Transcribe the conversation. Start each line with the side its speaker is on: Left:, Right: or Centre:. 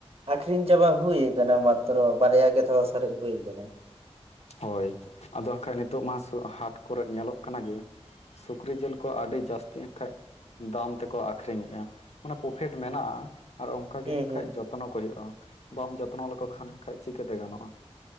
Right: ᱟᱹᱠᱷᱨᱤᱧ ᱪᱟᱵᱟ ᱦᱩᱭ ᱟᱠᱟᱱᱟ ᱢᱟᱛᱨᱚ ᱵᱟᱨᱭᱟ ᱜᱮ ᱛᱷᱚ ᱥᱟᱨᱮᱡ ᱦᱩᱭ ᱠᱟᱱᱟ ᱾
Left: ᱦᱳᱭ ᱟᱫᱚ ᱦᱟᱸᱜ ᱠᱷᱟᱡ ᱱᱤᱛᱚᱜ ᱢᱟ ᱦᱟᱴ ᱠᱚᱨᱮᱜ ᱧᱮᱞᱚᱜ ᱠᱟᱱᱟ ᱡᱮ, ᱥᱩᱠᱨᱤ ᱡᱤᱞ ᱠᱚ ᱟᱹᱰᱤ ᱡᱟᱹᱥᱛᱤ ᱮᱱ ᱠᱷᱟᱡ ᱫᱟᱢ ᱛᱮᱠᱚ ᱟᱠᱷᱨᱤᱧᱮᱜᱼᱟ ᱢᱟᱱᱮ ᱯᱚᱯᱷᱮᱴ ᱢᱮᱱᱟᱜᱼᱟ ᱾ ᱟᱨ ᱚᱱᱠᱟ
Right: ᱦᱩᱸ
Left: ᱜᱮ ᱦᱟᱸᱜ
Right: ᱦᱩᱸ
Left: ᱠᱷᱟᱡ ᱡᱚᱛᱱᱚ ᱠᱚ ᱦᱩᱭᱩᱜᱼᱟ ᱵᱟᱢ ᱡᱚᱛᱱᱚ ᱞᱮᱠᱚ ᱠᱷᱟᱱ ᱠᱷᱟᱡ ᱪᱤᱠᱟᱹᱛᱮ ᱜᱟᱱᱚᱜᱼᱟ ᱾